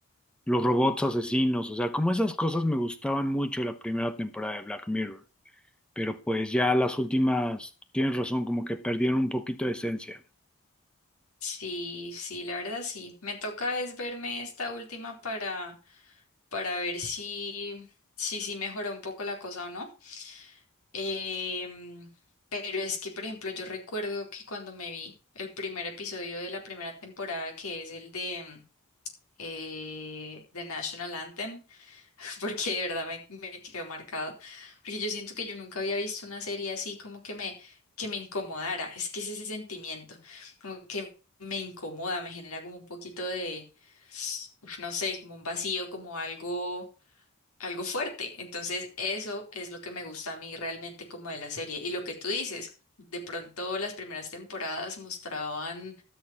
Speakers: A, in the centre; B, on the left.
A: Los robots asesinos, o sea, como esas cosas me gustaban mucho de la primera temporada de Black Mirror, pero pues ya las últimas, tienes razón, como que perdieron un poquito de esencia.
B: Sí, sí, la verdad sí. Me toca es verme esta última para para ver si, si, sí mejoró un poco la cosa o no. Em, pero es que, por ejemplo, yo recuerdo que cuando me vi el primer episodio de la primera temporada, que es el de eh, The National Anthem, <laughs> porque de verdad me, me quedó marcado, porque yo siento que yo nunca había visto una serie así como que me, que me incomodara, es que es ese sentimiento, como que me incomoda, me genera como un poquito de, uf, no sé, como un vacío, como algo algo fuerte. Entonces, eso es lo que me gusta a mí realmente como de la serie. Y lo que tú dices, de pronto las primeras temporadas mostraban